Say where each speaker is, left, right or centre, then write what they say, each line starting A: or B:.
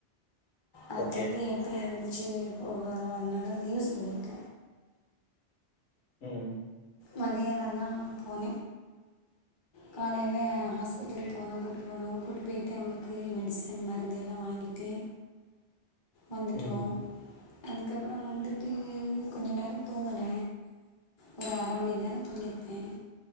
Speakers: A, on the left (about 30°); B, on the left (about 75°).
A: அதுக்கப்பறோ
B: ஓகே
A: எப்ப எழுந்துருச்சு போக அதுனால லீவ் சொல்லிட்ட
B: ம்
A: மதியானோ தா போன காலையில ஹாஸ்பிட்டல்
B: ஓகே
A: போனோ கூட்டு போனோ கூட்டி போயிட்டு அவனுக்கு மெடிசன் மருந்து எல்லா வாங்கிட்டு வந்துட்டோ
B: ம்
A: அதுக்கப்புறோ வந்துட்டு கொஞ்ச நேரோ தூங்கன ஒரு அரை மணி நேரோ தூங்கிருப்பே